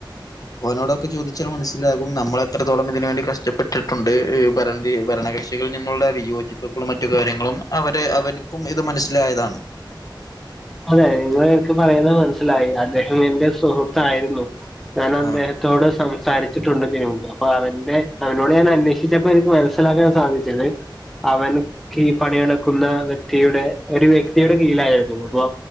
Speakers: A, on the left; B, in the centre.
A: അവനോട് ഒക്കെ ചോദിച്ചാൽ മനസ്സിലാവും നമ്മള് എത്രത്തോളം ഇതിന് വേണ്ടി കഷ്ടപ്പെട്ടിട്ടുണ്ട് <unintelligible> ഭരണ കക്ഷികൾ ഞങ്ങളുടെ വിയോചിപ്പക്കുള്ള മറ്റു കാര്യങ്ങളും അവരെ അവന്ക്കും ഇത് മനസ്സിലായതാണ്.
B: അതെ നിങ്ങള് എനിക്ക് പറയണത് മനസ്സിലായി അതെ ൻ്റെ സുഹൃത്തായിരുന്നു ഞാൻ അദ്ദേഹത്തോട്
A: ആഹ്
B: സംസാരി <unintelligible> അപ്പ അവൻ്റെ അവനോട് ഞാൻ അന്വേഷിച്ചപ്പ എനിക്ക് മനസ്സിലാക്കാൻ സാധിച്ചത് അവന്ക്ക് ഈ പണികൾ ക്കുന്ന വ്യക്തിയുടെ ഒരു വ്യക്തിയുടെ കീഴിലായിരുന്നു.